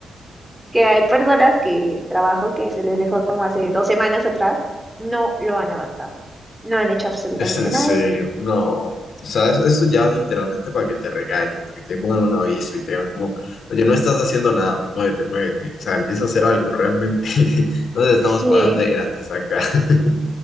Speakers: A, in the centre; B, on the left.
A: que hay personas que el trabajo que se les dejó como hace dos semanas atrás no lo han avanzado, no han hecho absolutamente
B: Es en
A: nada.
B: serio, no. O sea, es- esto ya es literalmente para que te regañen, para que te pongan un aviso y te digan como, oye, no estás haciendo nada, muévete, muévete. O sea, empieza a hacer algo, realmente. <laughs> No te estamos
A: Sí,
B: pagando de gratis acá. <laughs>